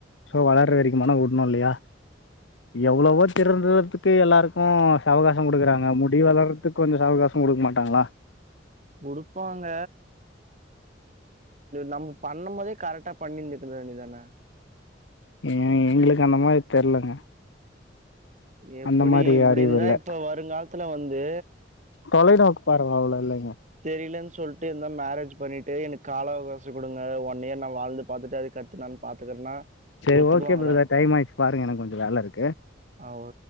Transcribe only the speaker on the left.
சோ வளர்ற வரைக்கும்மான வுடணு இல்லையா எவ்வளோவோ திருந்துறதுக்கு எல்லாருக்கு சவகாசம் குடுக்குறாங்க முடி வளறதுக்கு கொஞ்சோ சவகாசம் குடுக்க மாட்டாங்களா
ம் எங்களுக்கு அந்த மாரி தெர்லங்க
அந்த மாரி
அறிவு
இல்ல
தொலைநோக்கு பார்வ அவ்ளோ இல்லங்க
சரி
ஓகே பிரதர் டைம் ஆயிடுச்சு பாருங்க எனக்கு கொஞ்சோ வேல இருக்கு